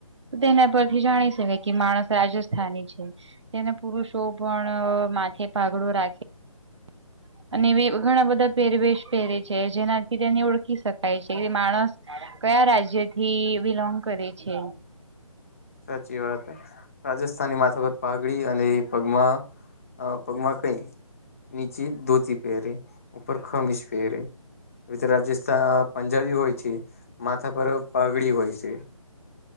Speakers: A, on the right; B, on the left.
A: તો તેના પરથી જાણી શકાય કે માણસ રાજસ્ થાની છે, તેને પુરુષો પણ માથે પાઘડો રાખી <inaudible> અને એવે ઘણા બધા પહેરવેશ પહેરે છે, જેનાથી તેને ઓળખી શકાય છે કે એ માણસ કયા રાજ્ય થી બિલોંગ કરે છે.
B: સાચી વાત. રાજસ્થાની માથા પર પાઘડી અને એ પગમાં પગમાં કંઈ નીચી ધોતી પહેરે, ઉપર ખમીશ પહેરે. <unintelligible> પંજાબી હોય છે માથા પર પાઘડી હોય છે.